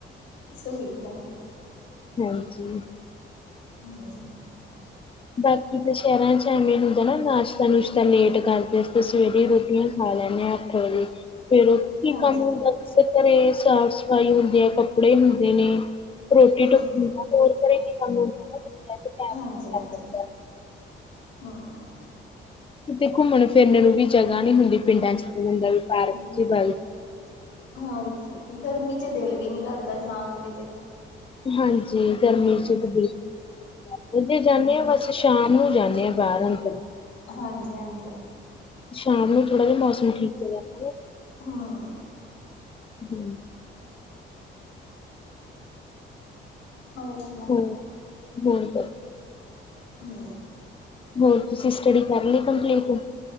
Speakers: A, on the left; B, on the left.
A: ਸਹੀ ਗੱਲ।
B: ਹਾਂਜੀ।
A: ਹਾਂਜੀ-ਹਾਂਜੀ <unintelligible>
B: ਬਾਕੀ ਤਾਂ ਸ਼ਹਿਰਾਂ 'ਚ ਐਵੇਂ ਹੁੰਦਾ ਨਾ ਨਾਸ਼ਤਾ-ਨੁਸਤਾ ਲੇਟ ਕਰਦੇ ਆ ਅਸੀਂ ਤਾਂ ਸਵੇਰੇ ਰੋਟੀਆਂ ਖਾ ਲੈਣੇ ਹਾਂ ਅੱਠ ਵਜੇ ਫੇਰ ਕੀ
A: ਹਾਂਜੀ
B: ਕੰਮ ਹੁੰਦਾ ਵੈਸੇ ਘਰੇ ਸਾਫ਼-ਸਫ਼ਾਈ ਹੁੰਦੀ ਹੈ, ਕੱਪੜੇ ਹੁੰਦੇ ਨੇ ਰੋਟੀ-
A: ਹਮ
B: ਟੁਕ ਹੁੰਦਾ ਹੋਰ ਘਰੇ ਕੀ ਕੰਮ ਨਾ ਬੰਦਾ ਇੱਕ ਟਾਈਮ
A: ਹਾਂਜੀ-ਹਾਂਜੀ,
B: ਨਾਲ ਹੀ ਕਰ ਲੈਂਦਾ
A: ਹੂੰ
B: ਕਿਤੇ ਘੁੰਮਣ- ਫਿਰਨ ਨੂੰ ਵੀ ਜਗ੍ਹਾ ਨੀ ਹੁੰਦੀ ਪਿੰਡਾਂ 'ਚ ਬੰਦਾ ਵੀ ਪਾਰਕ
A: ਹੂੰ,
B: 'ਚ ਹੀ ਵਗ
A: ਹੋਰ ਕੀ ਗਰਮੀ 'ਚ ਦਿਲ ਵੀ ਨੀ ਕਰਦਾ ਜਾਣ ਨੂੰ ਕਿਤੇ
B: ਹਾਂਜੀ! ਗਰਮੀ 'ਚ ਬਕੁਲ ਜੇ ਜਾਣੇ
A: ਹੂੰ।
B: ਆ ਬਸ ਸ਼ਾਮ ਨੂੰ ਜਾਣੇ ਆ ਬਾਰ- ਅੰਦਰ।
A: ਹਾਂਜੀ-ਹਾਂਜੀ
B: ਸ਼ਾਮ ਨੂੰ ਥੋੜਾ ਜਿਹਾ ਮੌਸਮ ਠੀਕ ਜਾਂਦਾ ਨਾ
A: ਹਾਂ
B: ਹਾਂਜੀ
A: ਹੋਰ ਸੁਣਾ
B: ਹੋਰ ਹੋਰ ਦੱਸ
A: ਹੂੰ
B: ਹੋਰ ਤੁਸੀਂ ਸਟੱਡੀ ਕਰ ਲਈ ਕੰਪਲੀਟ?